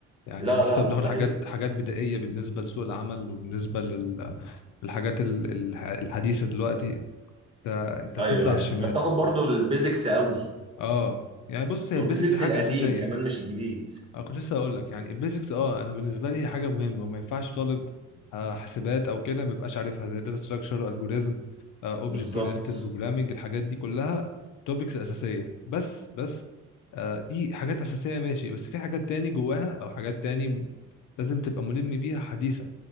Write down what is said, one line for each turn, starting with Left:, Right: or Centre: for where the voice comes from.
Left: يعني
Right: لا
Left: لسه
Right: لا
Left: بناخد
Right: مستحيل
Left: حاجات حاجات بدائية بالنسبة لسوق العمل وبالنسبة لل- للحاجات ال- ال- الحديثة دلوقتي انت انت
Right: ايوه
Left: صفر على
Right: ايوه
Left: الشمال
Right: بتاخد برضو البيزكس قوي
Left: اه يعني بص هي
Right: والبيزكس
Left: بيزكس حاجة
Right: القديم
Left: أساسية
Right: كمان مش الجديد
Left: أنا كنت لسه أقول لك يعني البيزكس أه أنا بالنسبة لي هي حاجة مهمة وما ينفعش طالب آه، حاسبات أو كده ما يبقاش عارفها زي داتا ستراكشر ألجوريزم أوبجكت
Right: بالظبط
Left: أورينتد بروجرامينج الحاجات دي كلها توبكس أساسية بس بس آه، دي حاجات أساسية ماشي بس في حاجات تاني جواها أو حاجات تاني م- لازم تبقى ملم بيها حديثة